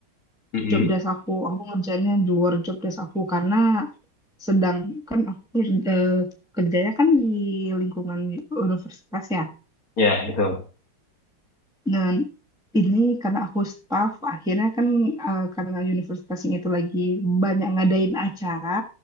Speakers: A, on the left; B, in the centre.
A: Mm-mm.
B: job desk aku. Aku ngerjainnya di luar job desk aku karena sedang kan aku eh, kerjanya kan di lingkungan universitas ya.
A: Ya, betul.
B: Dan ini karena aku staff, akhirnya kan eh, karena universitasnya itu lagi banyak ngadain acara,